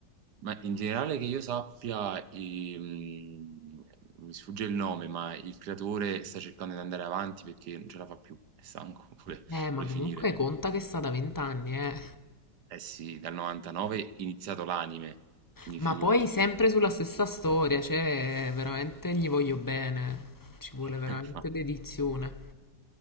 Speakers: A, on the right; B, on the left.
A: Ma in generale che io sappia, i- mm, mi sfugge il nome, ma il creatore sta cercando di andare avanti perché non ce la fa più, è stanco, <laughs> vuole,
B: Eh, ma
A: vuole
B: comunque
A: finire.
B: conta che sta da vent'anni, eh.
A: Eh sì, dal 99 è iniziato l'anime, quindi
B: Ma
A: figurati.
B: poi sempre sulla stessa storia, cioè, veramente gli voglio bene, ci vuole
A: <laughs>
B: veramente dedizione.